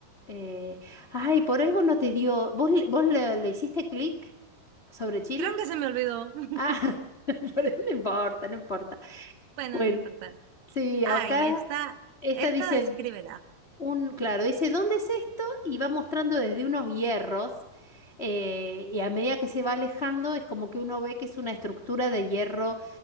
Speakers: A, on the left; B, on the right.
A: eh, Ay, por algo no te dio. ¿Vos, le- vos le, le hiciste clic sobre China?
B: Creo que se me olvidó. <laughs>
A: Ah, <laughs> pero no importa, no importa.
B: Bueno,
A: Bueno,
B: no importa.
A: sí,
B: Ah,
A: acá
B: y esta,
A: esta
B: esta
A: dice.
B: descríbela.
A: Un, claro, dice, ¿dónde es esto? Y va mostrando desde unos hierros. eh, y a medida que se va alejando, es como que uno ve que es una estructura de hierro,